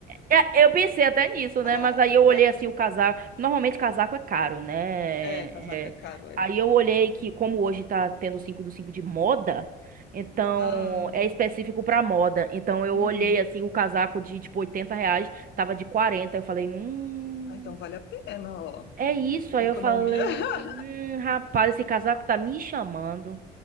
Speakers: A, on the right; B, on the left.
A: é, eu pensei até nisso,
B: <laughs>
A: né? Mas aí eu olhei assim o casaco. Normalmente casaco é caro, né?
B: É, casaco é
A: É,
B: caro, é.
A: Aí eu olhei que, como hoje tá tendo 5 do 5 de moda, então
B: Ah,
A: é específico pra moda. Então eu
B: uhum.
A: olhei assim o casaco de tipo 80 reais, tava de quarenta Eu falei, hum,
B: Ah, então vale a pena, ó.
A: é isso. Aí
B: A economia.
A: eu falei,
B: <laughs>
A: hum, rapaz, esse casaco tá me chamando.